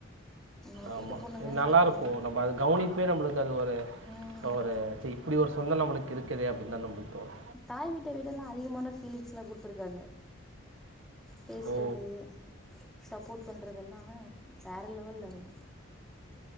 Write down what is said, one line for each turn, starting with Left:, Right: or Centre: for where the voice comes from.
Centre: இன்னொரு
Right: ஆமா
Centre: வீட்டு பொண்ணுங்கன்னு
Right: இத் நல்லாருக்கு
Centre: பாக்காம
Right: நம்ப அது கவ்னிப்பே நம்ப்ளுக்கு அது ஒரு
Centre: ம்
Right: தவற சி இப்படி ஒரு சொந்தோ நம்புளுக் இருக்குதே அப்டின் தா நம்ப்ளுக் தோனோ
Centre: தாய் வீட்ட விடல்லா அதிகமான ஃபீலிங்ஸ்லா குட்த்துருக்காங்க பேஸ்றது
Right: ஓ!
Centre: சப்போட் பண்றதெல்லா வேற லெவல்ல இருக்கு